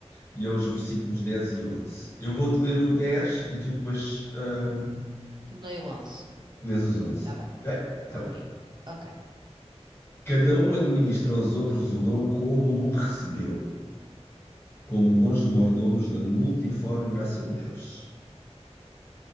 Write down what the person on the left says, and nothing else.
e é os versículos 10 e 11. Eu vou-te ler o 10 e tu depois hum,
lês os 11,
ok? Então.
Cada um administra aos outros o dom como o recebeu, como bons mordomos da multiforme graça de Deus.